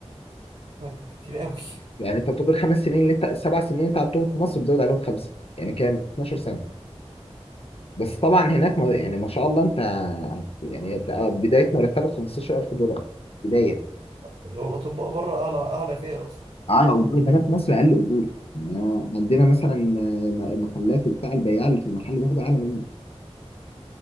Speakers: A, on the right; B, on the left.
A: حاجة كتير قوي
B: يعني انت بتقعد الخمس سنين اللي انت السبع سنين اللي انت عندهم في مصر بتزود عليهم خمسه يعني كام 12 بس طبعا هناك م- يعني ما شاء الله انت يعني أنت بدايه مرتبك 15000 دولار بدايه
A: <laughs> والأطباء بره أعلى أعلى فيها أصلا
B: على اجور ده هنا في مصر اقل اجور يعني أنا عندنا مثلا م- محلات وبتاع البياع اللي في المحل بياخد اعلى مني